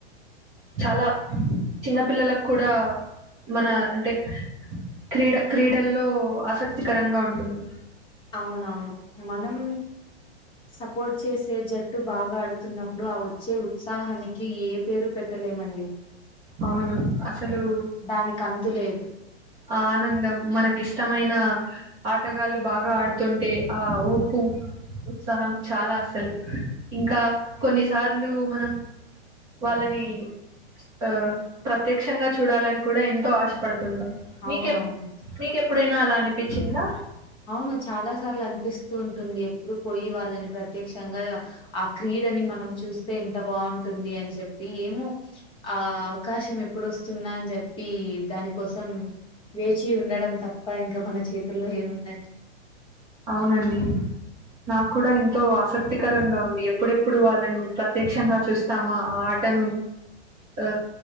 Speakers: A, on the right; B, on the left.
A: చాలా చిన్న పిల్లలక్కూడా మన అంటే క్రీడ క్రీడల్లో ఆసక్తికరంగా ఉంటుంది.
B: అవునవును మనం సపోర్ట్ చేసే జట్టు బాగా ఆడుతున్నప్ వచ్చే ఉత్సాహానికి ఏ పేరు పెట్టలేమండి.
A: అవును అసలు
B: దానికి అంతు లేదు
A: ఆ ఆనందం మనకిష్టమైన ఆటగాళ్ళు బాగా ఆడుతుంటే ఆహ్ ఊపు ఉత్చాహం చాలా అసలు ఇంకా కొన్నిసార్లు మనం వాళ్ళని ఆ ప్రత్యక్షంగా చూడాలని కూడా ఎంతో ఆశపడు తుంటం
B: అవునవును
A: మీకెప్ మీకెప్పుడైనా అలా అనిపించిందా
B: అవును చాలా సార్లు అనిపిస్తూ ఉంటుంది. ఎప్పుడు పోయి వాళ్ళని ప్రత్ త్యక్షంగా ఆ క్రీడని మనం చూస్తే ఎంత బాగుంటుంది అని చెప్పి ఏమో ఆ అవకాశం ఎప్పుడొస్తుంద అని జేప్పి దానిక్ కోసం వేచి ఉండడం తప్ప ఇంకా మన చేతుల్లో ఏముందన్
A: ఔనండి నాకు కూడా ఎంతో ఆసక్తికరంగా ఉంది. ఎప్పుడెప్పుడు వాళ్ళని ప్రత్యక్షంగా చూస్తామా ఆ టను ఆ